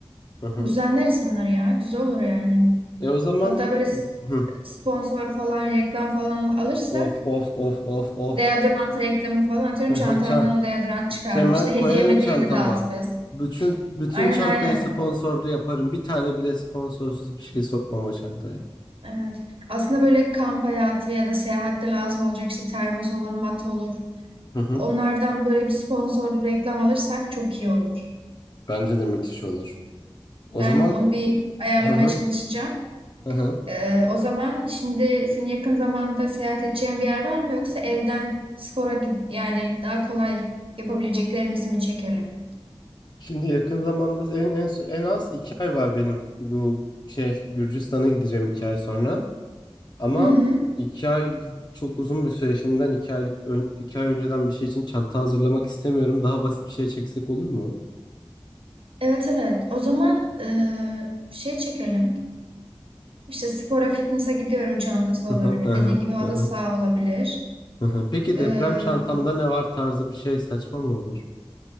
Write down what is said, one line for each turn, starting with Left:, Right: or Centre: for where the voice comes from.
Left: Hı hı.
Right: düzenleriz bunları ya. Güzel olur yani.
Left: E o zaman
Right: Hatta böyle s-
Left: hı.
Right: sponsor falan reklam falan alırsak
Left: Of of of of of.
Right: deodorant reklamı falan atıyorum
Left: Hı
Right: çantandan
Left: hı, Çan.
Right: o deodorant çıkar.
Left: Hemen
Right: İşte
Left: koyarım
Right: hediye medyaya
Left: çantama.
Right: de dağıtırız.
Left: Bütün bütün
Right: Aynen
Left: çantayı
Right: aynen.
Left: sponsorlu yaparım. Bir tane bile sponsorsuz bir şey sokmam o çantaya.
Right: Evet. Aslında böyle kamp hayatı ya da seyahatte lazım olacak işte termos olur, mat olur.
Left: Hı hı.
Right: Onlardan böyle bir sponsor reklam alırsak çok iyi olur.
Left: Bence de müthiş olur. O
Right: Ben
Left: zaman
Right: onu bir ayarlamaya
Left: hı hı.
Right: çalışacağım.
Left: Hı hı.
Right: Ee, o zaman şimdi senin yakın zamanda seyahat edeceğin bir yer var mı yoksa evden spora gid- yani daha kolay yapabileceklerimizi mi çekelim?
Left: Şimdi yakın zamanda en, en, en az iki ay var benim bu şey Gürcistan'a gideceğim iki ay sonra. Ama
Right: Hı hı.
Left: iki ay çok uzun bir süre şimdiden iki aylık ön- iki ay önceden bir şey için çanta hazırlamak istemiyorum. Daha basit bir şey çeksek olur mu?
Right: Evet evet. O zaman e, şey çekelim. İşte spora, fitness'a gidiyorum çantası olabilir.
Left: Hı hı, hı
Right: Dediğin
Left: hı,
Right: gibi halı
Left: hı hı,
Right: saha olabilir.
Left: hı hı. Peki deprem
Right: Ee,
Left: çantamda ne var tarzı bir şey saçma mı olur?